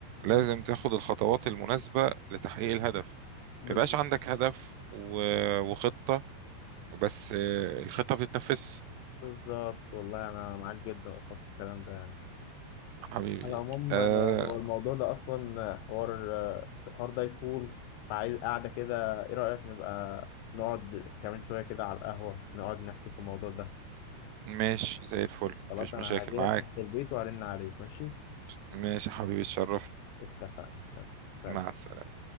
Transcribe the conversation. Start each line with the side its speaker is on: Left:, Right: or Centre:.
Right: لازم
Left: مم،
Right: تاخد الخطوات المناسبه لتحقيق الهدف
Left: بالظبط
Right: ما يبقاش عندك هدف و- وخطه بس آه، الخطه بتتنفذ
Left: بالظبط. والله أنا معاك جدا أصلا في الكلام ده يعني.
Right: حبيبي
Left: على العموم
Right: آه
Left: آه، هو الموضوع ده أصلا آه، حوار آه، الحوار ده يطول فعايز قاعدة كده إيه رأيك نبقى نقعد كمان شوية كده على القهوة نقعد نحكي في الموضوع ده
Right: ماشي زي الفل
Left: خلاص
Right: مفيش
Left: أنا
Right: مشاكل
Left: هجيلك
Right: معاك
Left: تحت البيت وهرن عليك ماشي
Right: ماشي يا حبيبي اتشرفت
Left: اتفقنا سلام
Right: مع السلامه